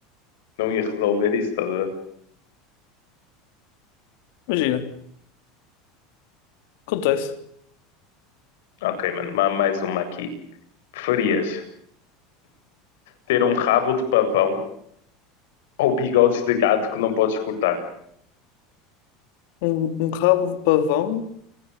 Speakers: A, on the left; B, on the left.
A: não ia resolver isso, estás a ver?
B: Imagina, acontece.
A: Ok, mano, ma- mais uma aqui. Preferias ter um rabo de pavão ou bigodes de gato que não podes cortar?
B: Um, um rabo de pavão